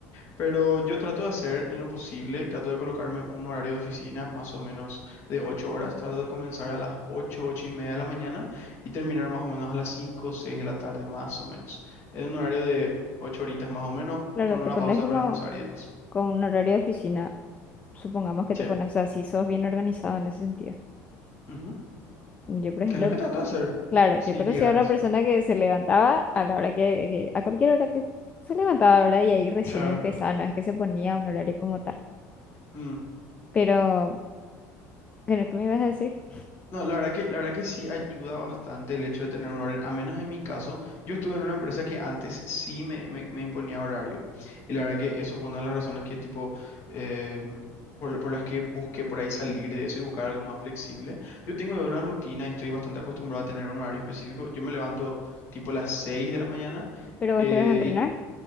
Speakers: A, on the left; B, on the left.
A: Pero yo trato de hacer en lo posible, trato de colocarme un horario de oficina más o menos de 8 horas, trato de comenzar a las 8 8 y media de la mañana y terminar más o menos a las 5 o 6 de la tarde más o menos. Es un horario de 8 horitas más o menos,
B: Claro,
A: con una
B: te pones
A: pausa
B: como
A: para almorzar y demás.
B: Con un horario de oficina, supongamos que
A: Sí.
B: te pones, o sea, si sos bien organizado en ese sentido.
A: Ujú.
B: Yo, por ejemplo,
A: Es lo que trato de hacer,
B: claro,
A: si
B: yo conocía
A: llegaras.
B: a una persona que se levantaba a la hora que, que- a cualquier hora que se levantaba, ¿verdad? Y ahí recién
A: Claro.
B: empezaba, no es que se ponía un horario como tal.
A: Mm.
B: Pero, bueno, ¿qué me ibas a decir?
A: No, la verdad que, la verdad que sí ayuda bastante el hecho de tener un horario, a menos en mi caso, yo estuve en una empresa que antes sí me, me, me imponía horario y la verdad que eso fue una de las razones que tipo, eh, por, la- por las que busqué por ahí salir de eso y buscar algo más flexible. Yo tengo ya una rutina y estoy bastante acostumbrado a tener un horario específico, yo me levanto tipo las 6 de la mañana
B: ¿Pero vos
A: eh,
B: te vas a entrenar?